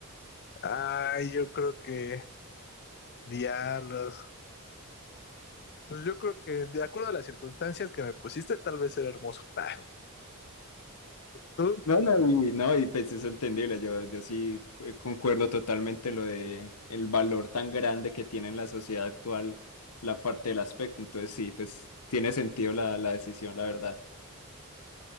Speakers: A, on the left; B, on the left.
A: Ay, yo creo que diablos. Pues yo creo que de acuerdo a las circunstancias que me pusiste, tal vez ser hermoso. <laughs> Bah. ¿Tú?
B: No, no, y, no, y pues es entendible. Yo, yo sí eh, concuerdo totalmente en lo de el valor tan grande que tiene en la sociedad actual la parte del aspecto. Entonces sí, pues tiene sentido la, la decisión, la verdad.